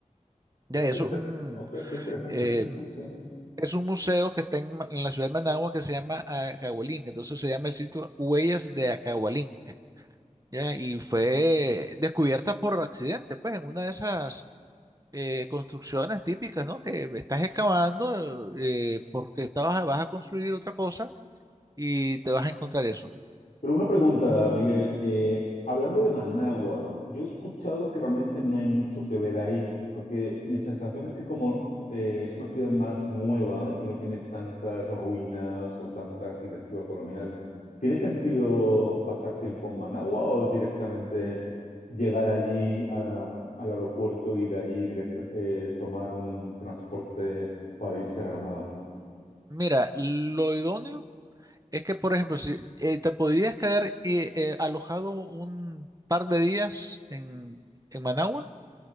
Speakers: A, on the right; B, on the left.
A: Ya,
B: Qué interesante,
A: eso es un,
B: ok, qué interesante,
A: eh,
B: sí, sí, sí.
A: es un museo que está en, Ma- en la ciudad de Managua que se llama Acahualinca. Entonces se llama el sitio Huellas de Acahualinca. Ya, y fue descubierta por accidente, pues en una de esas eh, construcciones típicas, ¿no? Que estás excavando eh, eh, porque estabas, vas a construir otra cosa y te vas a encontrar eso.
B: Pero una pregunta, Miguel. eh, hablando de Managua, yo he escuchado que realmente no hay mucho que ver ahí, porque mi sensación es que como eh, es una ciudad más nueva y que no tiene tantas ruinas o tanta arquitectura colonial, ¿tiene sentido pasar tiempo en Managua o es directamente llegar allí a- al aeropuerto y de allí directa- eh, tomar un transporte para irse a Granada?
A: Mira, lo idóneo es que, por ejemplo, si eh, te podrías quedar eh, eh, alojado un par de días en, en Managua